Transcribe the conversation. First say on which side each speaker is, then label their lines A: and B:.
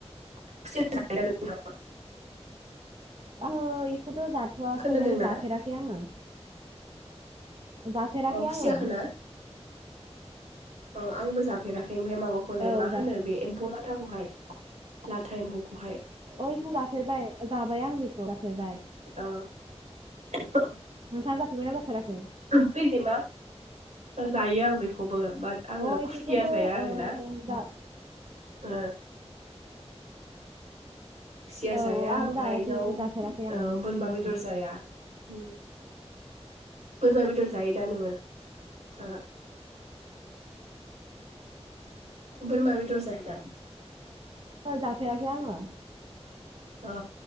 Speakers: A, on the right; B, on the right.
A: <unintelligible>
B: <unintelligible> खौथ जाथवाखै
A: खोनादोंना
B: माने जाफेराखै आङो जाफेराखै
A: अ खुसियाखोना
B: आङो
A: अ आंबो जाफेराखै ओमफाय माबाखौलाय
B: औ
A: मा होनो
B: जा
A: बे एम्फौ लाथ थाखौहाय लाथा एम्फौखौहाय
B: अ इखौ जाफेरबाय जाबाय आं बेखौ जाफेरबाय
A: अ <inaudible>
B: नोंथाङा जाफेरबायना जाफेराखै?
A: खोजेमा जायो ओ आं बेखौबो बाट आङो
B: अ
A: खुसिया
B: इफोरखौबो
A: जाया आरोना
B: ओ जा
A: ओ खुसिया
B: औ
A: जाया
B: औ आंबो
A: ओमफ्राय
B: जायाखै
A: इनाव
B: इखौ जाफेराखै आंबो
A: ओ बोरमा
B: दिनैसिम
A: बेदर जाया। ओम बोरमा बेदर जायो दा नोङो थाङा? बोरमा बेदर जायोदा?
B: जाफेराखै आङो।
A: अ